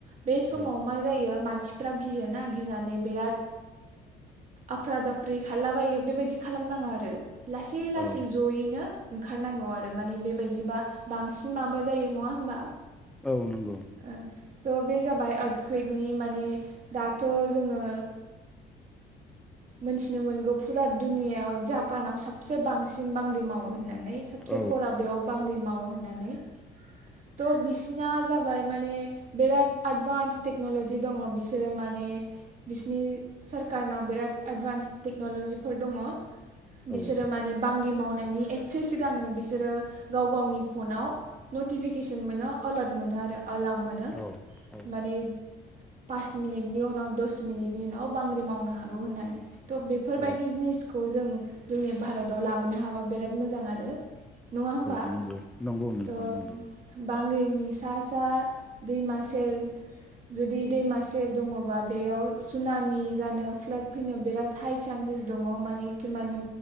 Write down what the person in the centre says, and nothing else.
औ
औ
औ नंगौ
औ
औ
औ
औ
नंगौ नंगौ नोंथां
नंगौ